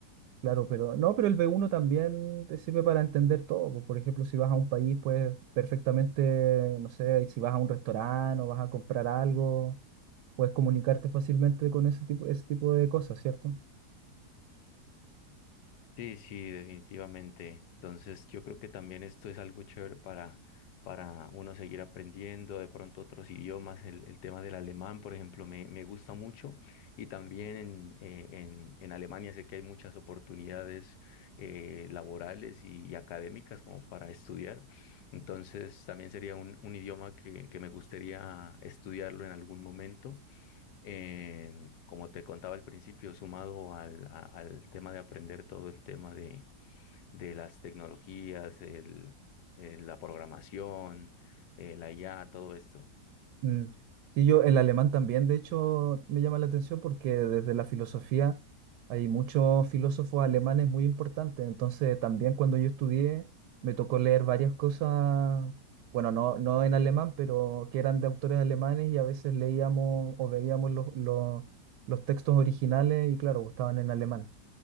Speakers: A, on the right; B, on the left.
A: claro, pero no, pero el B1 también te sirve para entender todo. pues, por ejemplo, si vas a un país, pues perfectamente, no sé, si vas a un restaurante o vas a comprar algo puedes comunicarte fácilmente con ese tipo, ese tipo de cosas, ¿cierto?
B: Sí, sí, definitivamente. Entonces, yo creo que también esto es algo chévere para, para uno seguir aprendiendo, de pronto otros idiomas. El, el tema del alemán, por ejemplo, me, me gusta mucho. Y también en, eh, en, en Alemania sé que hay muchas oportunidades eh, laborales y, y académicas como para estudiar. Entonces, también sería un, un idioma que, que me gustaría estudiarlo en algún momento eh, como te contaba al principio, sumado al, a- al tema de aprender todo el tema de, de las tecnologías, el, eh, la programación, eh, la IA, todo esto.
A: Mm. Sí, yo el alemán también, de hecho, me llama la atención porque desde la filosofía hay muchos filósofos alemanes muy importantes, entonces también cuando yo estudié me tocó leer varias cosas, bueno, no, no en alemán, pero que eran de autores alemanes y a veces leíamos o veíamos los, los, los textos originales y claro, estaban en alemán.